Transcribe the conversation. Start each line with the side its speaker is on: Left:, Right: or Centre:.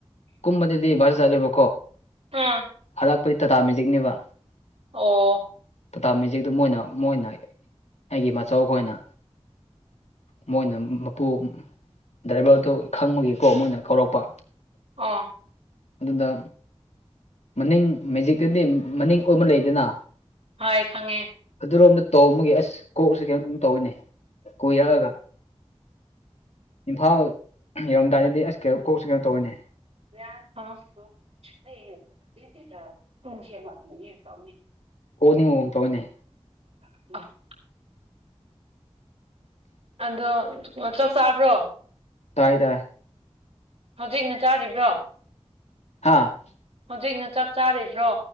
Left: ꯀꯨꯝꯗꯗꯤ ꯁꯁꯔꯦꯕꯣ
Right: ꯍꯥꯥ
Left: ꯂꯥꯛꯄꯗꯤ ꯇꯥꯇꯥ ꯃꯦꯖꯤꯛꯅꯦꯕ
Right: ꯑꯣ
Left: ꯇꯥꯇꯥ ꯃꯦꯖꯤꯛꯇꯨ ꯃꯣꯏꯅ ꯃꯣꯏꯅ ꯑꯩꯒꯤ ꯃꯆꯧ ꯈꯣꯏꯅ ꯃꯣꯏꯅ ꯃꯄꯨ ꯗ꯭ꯔꯥꯏꯚꯔꯗꯨꯣ ꯈꯪꯕꯒꯀꯣ ꯃꯣꯏꯅ ꯀꯧꯔꯛꯄ
Right: ꯑꯥ
Left: ꯑꯗꯨꯗ ꯃꯅꯤꯡ ꯃꯦꯖꯤꯛꯇꯗꯤ ꯃꯅꯤꯡ ꯑꯣꯏꯕ ꯂꯩꯗꯅ
Right: ꯍ ꯈꯪꯉꯦ
Left: ꯑꯗꯨꯔꯣꯝꯗ ꯇꯧꯃꯒꯤ ꯑꯁ ꯀꯣꯛꯁꯨ ꯀꯩꯝꯇ ꯇꯧꯤꯅꯦ ꯀꯣꯏꯔꯛꯑꯒ ꯏꯝꯐꯥꯜ ꯌꯧꯔꯝꯗꯥꯏꯗꯗꯤ ꯑꯁ ꯀ ꯀꯣꯛꯁꯤ ꯀꯩꯅꯣ ꯇꯧꯤꯅꯦ
Right: <unintelligible>
Left: ꯀꯣ ꯅꯤꯡ ꯃꯝ ꯇꯧꯅꯦ
Right: <unintelligible> ꯑꯗꯣ ꯆꯥꯛ ꯆꯥꯕ꯭ꯔꯣ
Left: ꯇꯥꯏꯗ
Right: ꯍꯧꯖꯤꯛꯅ ꯆꯥꯔꯤꯕ꯭ꯔꯣ
Left: ꯍꯥꯥ
Right: ꯍꯧꯖꯤꯛꯅ ꯆꯥꯛ ꯆꯥꯔꯤꯕ꯭ꯔꯣ